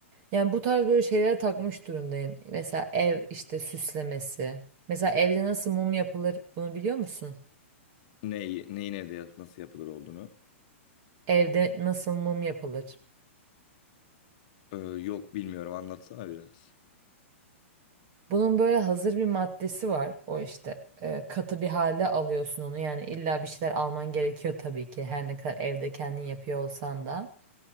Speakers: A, on the right (about 30°); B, on the left (about 35°).
A: Yani bu tarz böyle şeylere takmış durumdayım. Mesela ev işte süslemesi. Mesela evde nasıl mum yapılır bunu biliyor musun?
B: Neyi, neyin evde yap- nasıl yapılır olduğunu.
A: Evde nasıl mum yapılır?
B: Ee, yok bilmiyorum anlatsana biraz.
A: Bunun böyle hazır bir maddesi var. O işte e, katı bir halde alıyorsun onu. Yani illa bir şeyler alman gerekiyor tabii ki. Her ne kadar evde kendin yapıyor olsan da.